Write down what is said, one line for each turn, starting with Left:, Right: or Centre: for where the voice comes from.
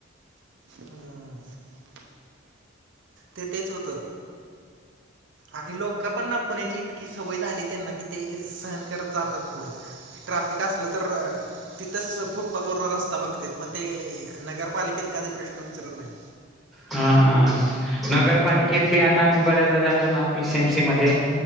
Right: हा. ते तेच होतं. आणि लोक पण ना पुण्याची इतकी सवय झाली त्यांना की ते सहन करत जातात. पुढं ट्रॅफिक असलं तर तिथंच फुटपाथवरन रस्ता बघतेत. पण ते नगरपालिकेत कधी प्रश्न विचारत नाही.
Centre: हा हा नगरपालिकेत बी आता आम्ही बऱ्याचदा जातो ना पीसीएमसी मध्ये.